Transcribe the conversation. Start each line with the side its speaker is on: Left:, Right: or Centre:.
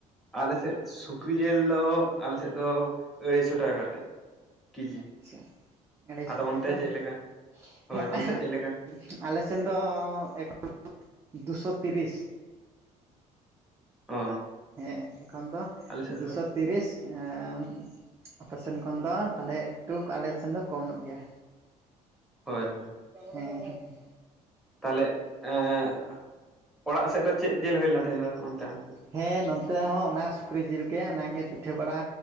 Centre: ᱟᱞᱮᱥᱮᱫ ᱥᱩᱠᱨᱤ ᱡᱤᱞ ᱫᱚ ᱟᱞᱮᱥᱮᱫ ᱫᱚ ᱟᱹᱲᱟᱹᱭᱥᱚ ᱴᱟᱠᱟ ᱠᱟᱛᱮᱫ ᱠᱤᱡᱤ᱾
Right: ᱟᱪᱪᱷᱟ ᱟᱲᱟᱭᱥᱚ
Centre: ᱟᱫᱚ
Right: ᱴᱟᱠᱟ
Centre: ᱚᱱᱛᱮ
Right: ᱛᱚ ᱵᱟᱝ
Centre: ᱪᱮᱫ ᱞᱮᱠᱟ ᱦᱳᱭ
Right: ᱦᱮᱸ
Centre: ᱚᱱᱛᱮ ᱪᱮᱫ ᱞᱮᱠᱟ?
Right: ᱟᱞᱮ ᱥᱮᱱ ᱫᱚ ᱮᱠᱷᱚᱱ ᱫᱩᱥᱚ ᱛᱤᱨᱤᱥ᱾
Centre: ᱚ
Right: ᱦᱮᱸ ᱮᱠᱷᱚᱱ ᱫᱚ
Centre: ᱟᱞᱮ ᱥᱮᱫ
Right: ᱫᱩᱥᱚ
Centre: ᱫᱚ
Right: ᱛᱤᱨᱤᱥ, ᱮᱸᱻ ᱚᱯᱮᱥᱮᱱ ᱠᱷᱚᱱ ᱫᱚ ᱛᱟᱦᱞᱮ ᱮᱠᱴᱩ ᱟᱞᱮ ᱥᱮᱱ ᱫᱚ ᱠᱚᱢ ᱧᱚᱜ ᱜᱮᱭᱟ
Centre: ᱦᱳᱭ ᱦᱳᱭ
Right: ᱦᱩᱸ ᱦᱩᱸ ᱦᱩᱸ
Centre: ᱛᱟᱦᱞᱮ ᱮᱸᱜ ᱚᱲᱟᱜ ᱥᱮᱫ ᱫᱚ ᱪᱮᱫ ᱡᱤᱞ ᱦᱩᱭ ᱞᱮᱱᱟ ᱛᱮᱦᱮᱧ ᱫᱚ ᱚᱱᱛᱮ ᱟᱢ ᱥᱮᱫ?
Right: ᱦᱮᱸ ᱱᱚᱱᱛᱮ ᱦᱚᱸ ᱚᱱᱟ ᱥᱩᱠᱨᱤ ᱡᱤᱞ ᱜᱮ ᱚᱱᱟᱜᱮ ᱯᱤᱴᱷᱟᱹ ᱵᱟᱲᱟ᱾